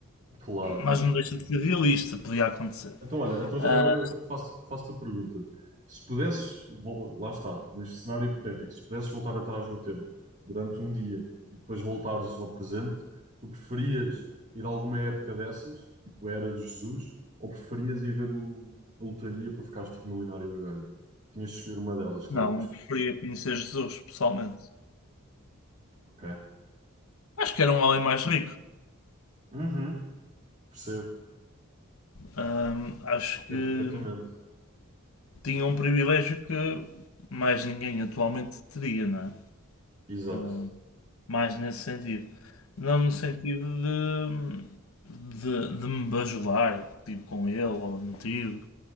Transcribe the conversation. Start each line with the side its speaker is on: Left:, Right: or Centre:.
Right: Claro.
Left: Mas não deixa de ser realista, podia acontecer.
Right: Então, olha, então
Left: Ah,
Right: já agora eu faço, faço-te a pergunta. Se pudesses, vol- lá está, neste cenário hipotético, se pudesses voltar atrás no tempo durante um dia e depois voltares ao presente, tu preferias ir a alguma época dessas, tipo a Era de Jesus, ou preferias ir ver o- a lotaria para ficares tipo milionário agora? Tinhas de escolher uma delas, qual
Left: não,
Right: é que tu escolhes?
Left: eu preferia conhecer Jesus pessoalmente.
Right: Ok.
Left: Acho que era um homem mais rico.
Right: Uhum. Percebo,
Left: Ahm, acho
Right: percebo
Left: que
Right: perfeitamente.
Left: tinha um privilégio que mais ninguém atualmente teria, não é?
Right: Exato.
Left: Ah, mais nesse sentido. Não no sentido de, de, de me bajular tipo, com ele ou motivo,